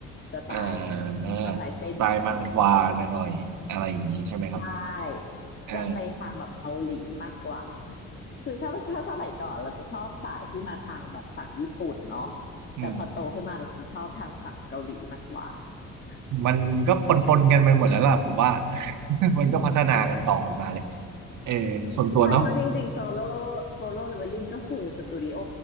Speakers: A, on the left; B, on the right.
A: สไตล์นั้นชอบลายเส้นแบบนั้น
B: เออสไตล์มังควาหน่อยๆอะไรอย่างงี้ใช่ไหมครับ
A: ใช่จะไปทางแบบเกาหลีมากกว่า
B: เออ
A: คือชอบถ้าสมัยก่อนเราจะชอบสายที่มาทางแบบฝั่งญี่ปุ่นเนาะ
B: อืม
A: แต่พอโตขึ้นมาเราจะชอบทางฝั่งเกาหลีมากกว่า
B: มันก็ปนปนกันไปหมดแล้วล่ะผมว่า
A: อืม
B: <laughs> มันก็พัฒนากันต่อกันมาเลยเออส่วนตัวเนาะ
A: ใช่เพราะจริงๆโซโล่โซโล่เลเวลลิ่งก็คือสตูดิโอ